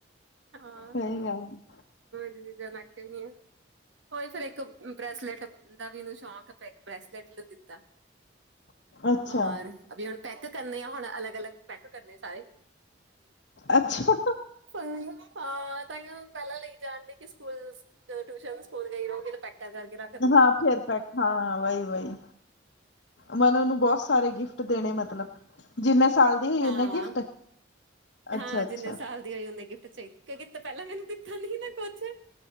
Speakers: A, on the right; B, on the left.
A: ਹਾਂ
B: ਸਹੀ ਗੱਲ ਹੈ
A: ਚੀਜ਼ਾਂ ਨੱਖਦੀ ਉਹੀ ਫੇਿਰ ਇੱਕ ਬ੍ਰੈਸਲੇਟ ਦਾ ਵੀ ਇਹਨੂੰ ਸ਼ੌਕ ਬ੍ਰੈਸਲੇਟ ਨੂੰ ਦਿੱਤਾ
B: ਹੈ। ਅੱਛਾ
A: ਔਰ ਅ ਹੁਣ ਪੈਕ ਕਰਨੇ ਆ ਹੁਣ ਅਲੱਗ ਅਲੱਗ ਪੈਕ ਕਰਨੇ ਆ ਸਾਰੇ
B: ਅੱਛਾ
A: ਹਾਂ ਤਾਂ ਪਹਿਲਾਂ ਲਈ ਜਾਣ ਡ ਕਿ ਸਕੂਲ ਜਦੋਂ ਟਿਊਸ਼ਨ ਸਕੂਲ ਗਈ ਰਹੋਗੀੈ ਕਰਕੇ ਰ
B: ਹਾਂ ਫੇਰ ਪੈਕ ਹਾਂ ਵਹੀ ਵਹੀ ਮਨ ਉਹਨੂੰ ਬਹੁਤ ਸਾਰੇ ਗਿਫਟ ਦੇਣੇ ਮਤਲਬ ਜਿੰਨੇ ਸਾਲ ਦੀ ਹੋਈ
A: ਹਾਂ।
B: ਓਨੇ ਗਿਫਟ ਅੱਛਾ
A: ਹਾਂ
B: ਅੱਛਾ
A: ਜਿੰਨੇ ਸਾਲ ਹੋਈ ਉਹਨੇ ਗਿਟ ਚਾਹੀ ਕਿਉਂਕਿ ਪਹਿਲਾਂ ਮੈਨੂੰ ਨਾ ਕੁਛ